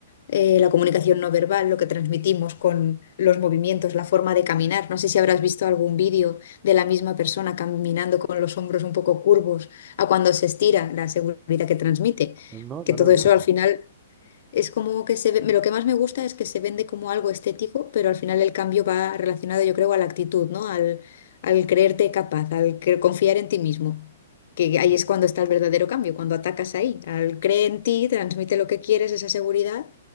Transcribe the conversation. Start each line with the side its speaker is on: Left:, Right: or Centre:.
Left: eh, la comunicación no verbal, lo que transmitimos con los movimientos, la forma de caminar. No sé si habrás visto algún vídeo de la misma persona caminando con los hombros un poco curvos a cuando se estira, la seguridad que transmite,
Right: No,
Left: que
Right: no
Left: todo
Right: lo
Left: eso
Right: he visto.
Left: al final es como que se ve, lo que más me gusta es que se vende como algo estético, pero al final el cambio va relacionado, yo creo, a la actitud, ¿no? Al, al creerte capaz, al cre- confiar en ti mismo. Que ahí
Right: ¿Qué?
Left: es cuando está el verdadero cambio, cuando atacas ahí, al cree en ti, transmite lo que quieres, esa seguridad.